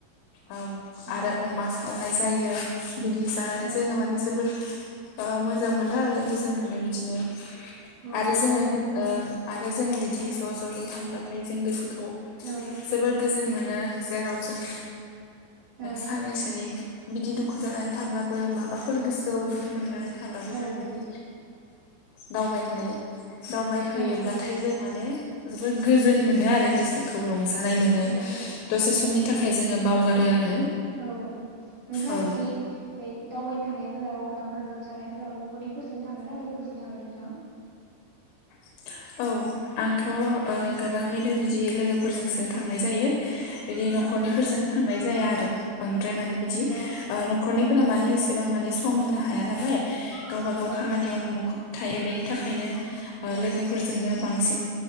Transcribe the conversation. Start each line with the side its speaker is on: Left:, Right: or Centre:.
Left: औ
Right: नंगौ
Left: आरो अमा सावनाय जायो बिदि जानानै
Right: औ
Left: जोङो माने जोबोद मोजां मोनो आरो गोजोन मोनो बिदिनो
Right: औ
Left: आरो जोङो आरो जोङो बिदि ज' ज'यै थांबथाय जों गोसो खौ
Right: औ
Left: जोबोर गोजोन मोनो जेराव जों
Right: औ
Left: सानै सिरि बिदि दुखु जानानै थाब्लाबो माबाफोर गोसोआव दुखु मोननाय थाब्लाबो
Right: औ
Left: जों बिदि दावबायनानै दावबायहैयोब्लाथाय
Right: औ
Left: जों माने जोबोद गोजोन मोनो आरो गोसोखौ रंजानाय मोनो
Right: औ नंगौ
Left: दसे समनि थाखाय जोङो बावगारो आरो
Right: औ नोंथाङा
Left: औ
Right: बिब्दि दावबायनो थांनायफोर औ लावखार ओंखाम जानायफोराव न'खरनिफोरजों थाङ ना लोगोफोरजों थाङो नोंथां
Left: <inaudible> औ आंथ' गोबाङैनो बिदि लोगोफोरजोंसो थांनाय जायो बिदि
Right: औ
Left: न'खरनिफोरजों थांनाय जाया आरो बांद्राय माने बिदि
Right: औ
Left: न'खरनिफोरा मानि एसेबां माने सम होनो हाया नालाय गावबा गाव
Right: औ
Left: खामानियाव मुखुब थायो बेनि थाखायनो
Right: औ
Left: लोगोफोरजोंनो बांसिन